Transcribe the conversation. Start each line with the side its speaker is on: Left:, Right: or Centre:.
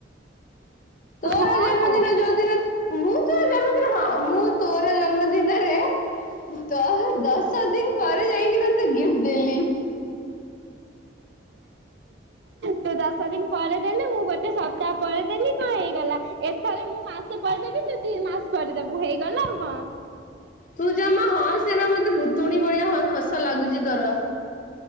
Left: ତୋର
Right: ହଁ
Left: ଜନ୍ମଦିନ
Right: ହଁ
Left: ଯୋଉଦିନ ମୁଁ ତୋ ଜନ୍ମ ହଁ ମୁଁ ତୋର ଜନ୍ମଦିନରେ ତ ଦଶ ଦିନ ପରେ ଯାଇକି ତତେ ଗିଫ୍ଟ ଦେଲି।
Right: ତୁ ଦଶ ଦିନ ପରେ ଦେଲେ ମୁଁ ଗୋଟେ ସପ୍ତାହ ପରେ ଦେଲି କଣ ହେଇଗଲା ଏଥର ମୁଁ ମାସେ ପରେଦେବି ତୁ ଦିମାସ ପରେ ଦେବୁ ହେଇଗଲା ଆଉ କଣ।
Left: ତୁ ଜମା ହଁସ ନା ମତେ ଭୁତୁଣି ଭଳିଆ ହସ ଲାଗୁଛି ତୋର।